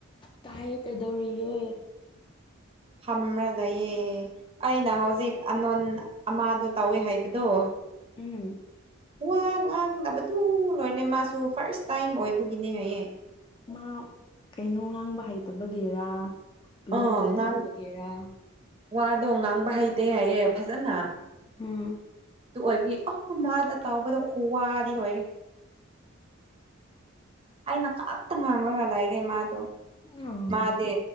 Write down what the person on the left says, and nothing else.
ꯇꯥꯏ ꯀꯩꯗꯧꯔꯤ ꯒꯦ
ꯎꯝ
ꯃꯥ ꯀꯩꯅꯣ ꯉꯥꯡꯕ ꯍꯩꯇꯕꯒꯤꯔꯥ ꯂꯣꯟ
ꯈꯟꯗꯕꯒꯤꯔꯥ
ꯎꯝ
ꯑꯣ